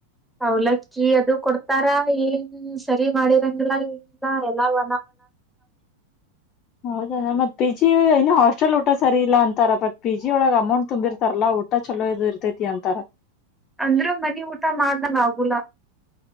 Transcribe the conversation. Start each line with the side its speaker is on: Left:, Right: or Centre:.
Centre: ಅವಲಕ್ಕಿ ಅದು ಕೊಡ್ತಾರ ಏನ್ ಸರಿ ಮಾಡಿರಂಗಿಲ್ಲಾ ಇಿಲ್ಲಾ ಎಲ್ಲ <inaudible>
Left: <inaudible> ಹೌದ ಮತ್ ಪಿ ಜಿ ಇನ್ನು ಹಾಸ್ಟೆಲ್ ಊಟ ಸರಿ ಇಲ್ಲ ಅಂತಾರ ಬಟ್ಟ ಪಿ ಜಿ ಒಳಗ್ ಅಮೌಂಟ್ ತುಂಬಿರ್ತಾರಲ್ಲಾ ಊಟ ಚಲೋ ಇದು ಇರ್ತೈತಿ ಅಂತಾರ
Centre: ಅಂದ್ರೂ ಮನಿ ಊಟ ಮಾಡ್ದ ಆಗಲ